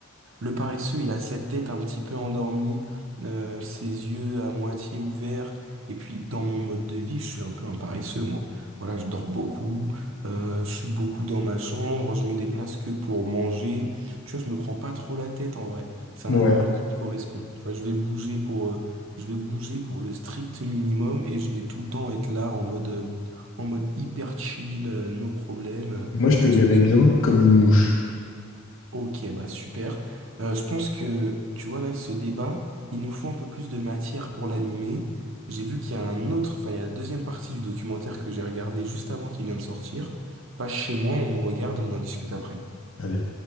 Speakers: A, on the right; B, on the left.
A: Le paresseux, il a cette tête un petit peu endormie, euh, ses yeux à moitié ouverts. Et puis, dans mon mode de vie, je suis un peu un paresseux, moi. Voilà, je dors beaucoup, euh, je suis beaucoup dans ma chambre, je me déplace que pour manger. Tu vois, je me prends pas trop la tête en vrai. C'est
B: Ouais.
A: un animal qui me correspond. Tu vois, je vais bouger pour, euh, je vais bouger pour le strict minimum et je vais tout le temps être là en mode, euh, en mode hyper chill, euh, no problème.
B: Moi, je te
A: Mais
B: verrais
A: je pense
B: bien
A: que
B: comme une mouche.
A: Ok, bah super. Euh, je pense que, tu vois, là, ce débat, il nous faut un peu plus de matière pour l'animer. J'ai vu qu'il y a un autre, enfin, il y a la deuxième partie du documentaire que j'ai regardé juste avant qu'il vienne de sortir. Passe chez moi, on regarde et on en discute après.
B: Allez.